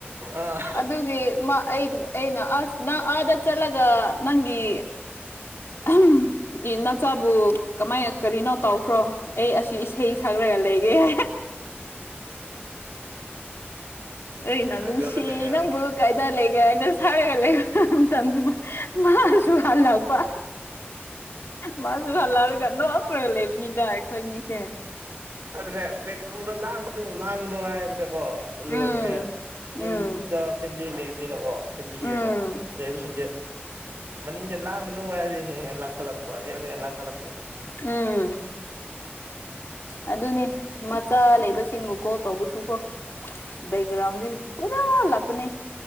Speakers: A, on the right; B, on the left.
A: ꯑꯥ
B: ꯑꯗꯨꯒꯤ ꯃꯥ ꯑꯩꯩꯅ ꯅꯗ ꯆꯂꯒ ꯅꯪꯒꯤ ꯎ ꯏ ꯅꯆꯥꯕꯨ ꯀꯃꯥꯏ ꯀꯔꯤꯅꯣ ꯇꯧꯈ꯭ꯔꯣ ꯑꯩ ꯑꯁꯤ ꯏꯁꯩ ꯁꯛꯔꯒ ꯂꯩꯒꯦ <inaudible> ꯑꯩꯅ ꯅꯨꯡꯁꯤ
A: ꯑꯗꯨ ꯈꯛꯇꯅꯦ
B: ꯅꯪꯕꯨ ꯀꯥꯏꯗ ꯂꯩꯒꯦ ꯍꯥꯏꯅ ꯁꯥꯔꯒ ꯂꯩꯍꯧ ꯃꯇꯝ ꯃꯥꯁꯨ ꯍꯜꯂꯛꯄ ꯃꯥꯁꯨ ꯍꯥꯂꯥꯔꯒꯥ ꯅꯣꯛꯇꯒ ꯂꯩꯕꯅꯤꯗ ꯑꯩꯈꯣꯏꯅꯤꯁꯦ
A: ꯑꯗꯨꯅꯦ ꯕꯦꯛꯒ꯭ꯔꯥꯎꯟꯗ ꯂꯥꯡꯒꯅꯨ ꯂꯥꯡꯒꯅꯨ ꯍꯥꯏꯕꯗꯒꯣ ꯑꯥꯂꯣꯏꯕꯅꯦ
B: ꯎꯝ ꯎꯝ
A: ꯌꯨꯝꯗ ꯐꯦꯃꯤꯂꯤ ꯂꯩꯕꯅꯤꯅꯀꯣ ꯐꯦꯃꯤꯂꯤꯒꯤ
B: ꯎꯝ
A: ꯑꯣꯏꯅ ꯂꯩꯕꯁꯤꯡꯗꯤ ꯃꯅꯤꯡꯗ ꯂꯥꯡꯒꯅꯨ ꯍꯥꯏꯔꯤ ꯍꯦꯟꯅ ꯂꯥꯡ ꯈꯠꯂꯛꯄꯥ ꯍꯦꯟꯅ ꯍꯦꯟꯅ ꯂꯥꯡꯈꯠꯂꯛꯄ
B: ꯎꯝ ꯑꯗꯨꯅꯦ ꯃꯆꯥ ꯂꯩꯕꯁꯤꯡꯕꯨ ꯀꯣꯜ ꯇꯧꯕꯁꯨꯀꯣ ꯕꯦꯛꯒ꯭ꯔꯥꯎꯟꯗꯤ ꯄꯨꯔꯥ ꯂꯥꯛꯄꯅꯦ